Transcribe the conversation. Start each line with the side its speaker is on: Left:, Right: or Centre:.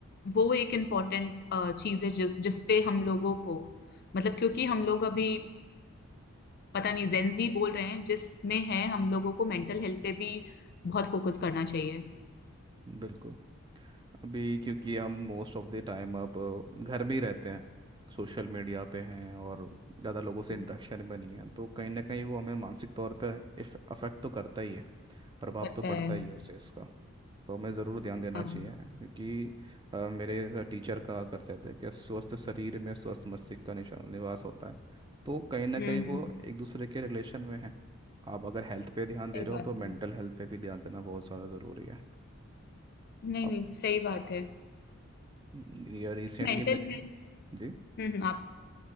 Left: वो एक इम्पॉर्टेंट चीज है जिस जिस पे हम लोगों को मतलब क्योंकि हम लोग अभी पता नहीं जेंजी बोल रहे हैं जिसमें है हम लोगों को मेंटल हेल्थ पे भी बहुत फोकस करना चाहिए
Right: बिल्कुल अभी क्योंकि हम मोस्ट ऑफ द टाइम अब अ, घर में ही रहते हैं सोशल मीडिया पे हैं और ज़्यादा लोगों से
Left: हम्म,
Right: इंटरेक्शन भी नहीं है तो कहीं ना कहीं वो हमें मानसिक तौर पे अफेक्ट तो करता ही है प्रभाव
Left: करता
Right: तो पड़ता
Left: है
Right: ही है उस चीज़ का तो हमें ज़रूर ध्यान देना
Left: हाँ
Right: चाहिए
Left: हम्म
Right: क्योंकि अ, मेरे टीचर कहा करते थे कि स्वस्थ शरीर में स्वस्थ मस्तिष्क का निशा- निवास होता है तो कहीं ना
Left: हम्म
Right: कहीं वो एक दूसरे के रिलेशन में है आप अगर हेल्थ पे ध्यान
Left: सही
Right: दे रहे
Left: बात
Right: हो तो मेंटल
Left: है
Right: हेल्थ पे भी ध्यान देना बहुत ज़्यादा ज़रूरी है
Left: नहीं
Right: अब
Left: नहीं सही बात है
Right: ये रिसेंटली
Left: Mental
Right: मैंने
Left: health
Right: जी
Left: हम्म हम्म, आप